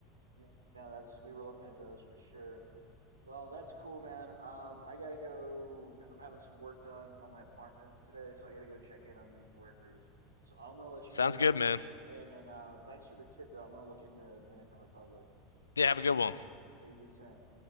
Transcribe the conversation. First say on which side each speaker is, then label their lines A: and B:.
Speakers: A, on the right; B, on the left.
A: Yeah, no, that's we were looking at those for sure. Well, that's cool, man. Um, I gotta go. I'm having some work done on my apartment today, so I gotta go check in on these workers. So I'm gonna let you
B: sounds
A: go.
B: good man
A: And then uh, thanks for the tip, though. I'm gonna look into Dominican Republic.
B: yeah have a good one
A: Yeah, you do the same.